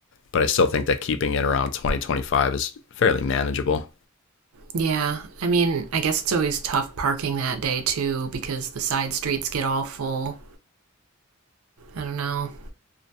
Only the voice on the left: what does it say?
But I still think that keeping it around twenty twenty five is fairly manageable.